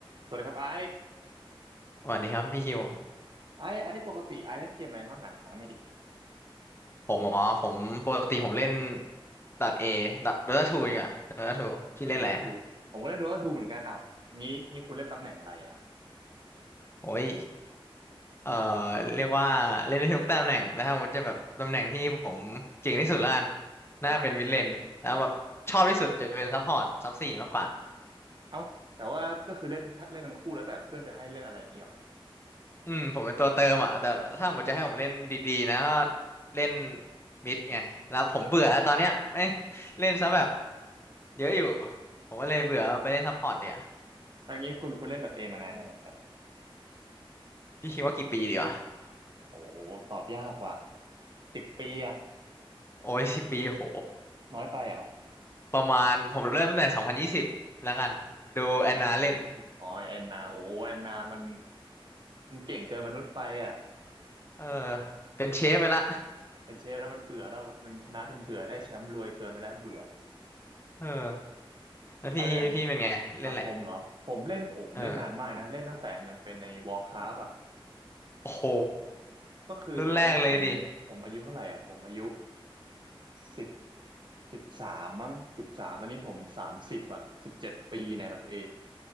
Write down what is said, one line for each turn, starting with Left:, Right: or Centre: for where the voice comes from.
Right: สวัสดีครับไอ้
Left: สวัสดีครับพี่คิว
Right: ไอ้ไอ้ปกติไอ้เล่นเกมอะไรบ้างอ่ะถามไม่อยดิ
Left: ผมอ๋อผมปกติผมเล่นดัดเอดัดโดต้าทูดีกว่าโดต้าทูพี่เล่นอะไรอะ
Right: โดตาทูผมก็เล่นโดตาทูเหมือนกันอ้าวงี้งี้คุณเล่นตำแหน่งอะไรอ่ะ
Left: โอ้ยเอ่อเรียกว่าเล่นได้ทุกตำแหน่งแต่ถ้าสมมติจะแบบตำแหน่งที่ผมเก่งที่สุดละกันน่าเป็นมิดเลนแล้วแบบชอบที่สุดจะเป็นซัพพอร์ตซับสี่มากกว่า
Right: อ่าเอ้าแต่ว่าก็คือเล่นถ้าเล่นทั้งคู่แล้วแต่เพื่อนจะให้เล่นอะไรอย่างงี้เหรอ
Left: อืมผมเป็นตัวเติมอ่ะแต่ถ้าสมมติจะให้ผมเล่นดีๆนะก็เล่นมิดไงแล้วผมเบื่อแล้วตอนเนี้ยแม่งเล่นซะแบบเยอะอยู่ผมก็เลยเบื่อไปเล่นซัพพอร์ตเดี๋ยวา
Right: ถ้างี้คุณคุณเล่นดอทเอมานานยังอะครับ
Left: พี่คิดว่ากี่ปีดีวะ
Right: โอ้ตอบยากว่ะสิบปีอะ
Left: โอ้ยสิบปีโห
Right: น้อยไปเหรอ
Left: ประมาณผมเริ่มตั้งแต่สองพันยี่สิบแล้วกันดูแอนนาเล่น
Right: ตอนตอนวันที่สิบอ๋อแอนนาโอ้แอนนามันมันเก่งเกินมนุษย์ไปอ่ะ
Left: เออเป็นเชฟไปละ
Right: เป็นเชฟแล้วมันเบื่อแล้วมันชนะจนเบื่อได้แชมป์รวยเกินไปแล้วเบื่อ
Left: <laughs> เออแล้วพี่พี่เป็นไงเล่นแหละไร
Right: อะไรอย่างอ่ะผมเหรอผมเล่นโอ้ผมเล่นนานมากนะเล่นตั้งแต่ยังเป็นใน
Left: เออ
Right: Warcraft อ่ะ
Left: โอ้โห
Right: ก็คือตอนนั้นผมผมอายุเท่าไหร่อ่ะผมอายุ
Left: รุ่นแรกเลยดิ
Right: สิบสิบสามมั้งสิบสามตอนนี้ผมสามสิบอ่ะสิบเจ็ดปีในดเอ